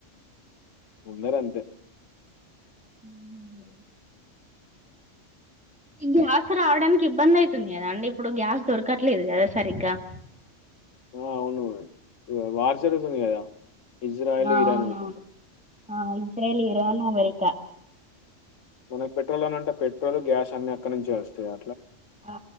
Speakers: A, on the left; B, in the centre.
A: అందరంతె
B: అవునండి ఈ గ్యాస్ రావడానికి ఇబ్బంది అయ్తుంది గదా అండి, ఇప్పుడు గ్యాస్ దొరకట్లేదు కద సరిగ్గా <inaudible>
A: ఆ అవును వార్ జరుగుతుంది గదా ఇజ్రాయిల్
B: అవునవును
A: ఇరాననుకుంట
B: ఆ ఇజ్రాయిల్, ఇరాన్, అమెరికా
A: మనక్ పెట్రోలననంటె పెట్రోల్ గ్యాస్ అన్ని అక్కడ్ నుంచె వస్తయా
B: ఆ